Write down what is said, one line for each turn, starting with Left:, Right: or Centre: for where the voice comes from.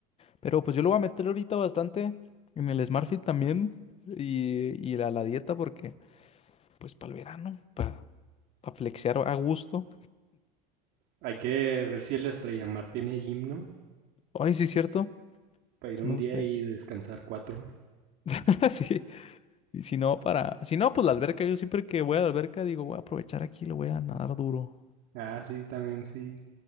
Left: Pero pues yo lo voy a meter ahorita bastante en el Smart Fit también y, y a la dieta porque pues para el verano, para flexear a gusto.
Right: hay que ver si el Estrella Mar tiene gimno
Left: Ay, sí, cierto.
Right: para ir
Left: Sí
Right: un
Left: me
Right: día
Left: gustaría.
Right: y descansar cuatro.
Left: <laughs> Sí. Y si no, para... Si no, pues la alberca. Yo siempre que voy a la alberca digo, voy a aprovechar aquí, lo voy a nadar duro.
Right: Ah, sí, también sí.